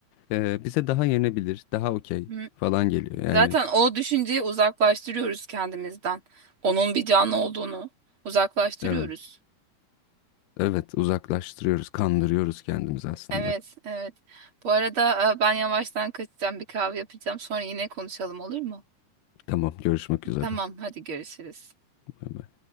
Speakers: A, on the left (about 85°); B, on the right (about 40°).
A: e, bize daha yenebilir daha okey
B: Hı.
A: falan geliyor yani
B: Zaten o düşünceyi uzaklaştırıyoruz kendimizden. Onun bir canlı olduğunu uzaklaştırıyoruz.
A: evet. Evet, uzaklaştırıyoruz, kandırıyoruz kendimizi aslında.
B: Evet, evet. Bu arada e, ben yavaştan kaçacağım, bir kahve yapacağım. Sonra yine konuşalım olur mu?
A: Tamam, görüşmek üzere.
B: Tamam, hadi görüşürüz.
A: Bay bay.